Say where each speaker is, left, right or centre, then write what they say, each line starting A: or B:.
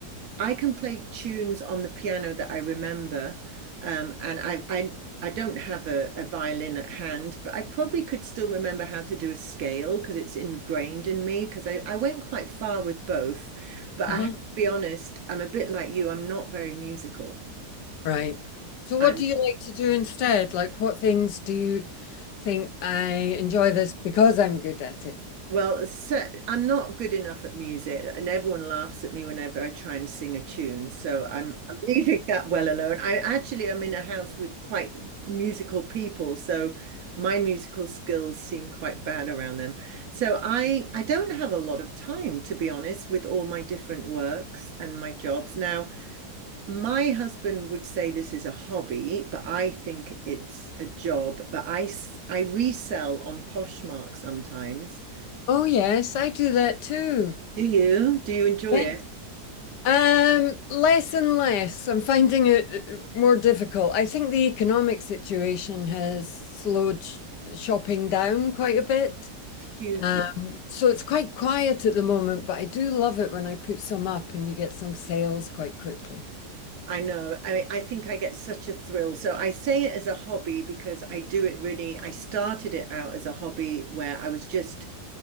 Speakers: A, on the right; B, on the left.
A: I can play tunes on the piano that I remember, um, and I, I I don't have a, a violin at hand, but I probably could still remember how to do a scale because it's ingrained in me. Because I, I went quite far with both, but
B: Uh-huh.
A: I have to be honest, I'm a bit like you. I'm not very musical.
B: Right. So what
A: I'm
B: do you like to do instead? Like what things do you think I enjoy this because I'm good at it?
A: Well, so, I'm not good enough at music, and everyone laughs at me whenever I try and sing a tune. So I'm, I'm leaving that well alone. I actually am in a house with quite musical people, so my musical skills seem quite bad around them. So I, I don't have a lot of time, to be honest, with all my different works and my jobs. Now, my husband would say this is a hobby, but I think it's a job. But I I resell on Poshmark sometimes.
B: Oh yes, I do that too.
A: Do you? Do you enjoy
B: Yeah.
A: it?
B: Um, less and less. I'm finding it uh, more difficult. I think the economic situation has slowed sh shopping down quite a bit.
A: Hugely.
B: Um, so it's quite quiet at the moment, but I do love it when I put some up and you get some sales quite quickly.
A: I know. I mean, I think I get such a thrill. So I say it as a hobby because I do it really. I started it out as a hobby where I was just